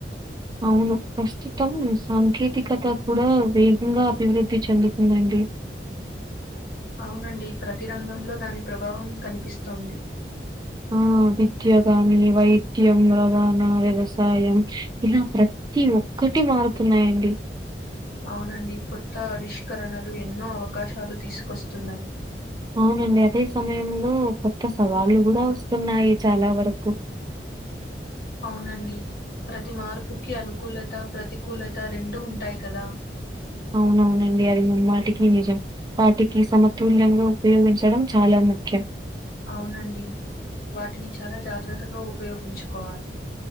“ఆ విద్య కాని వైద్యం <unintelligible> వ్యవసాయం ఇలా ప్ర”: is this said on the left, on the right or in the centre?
Right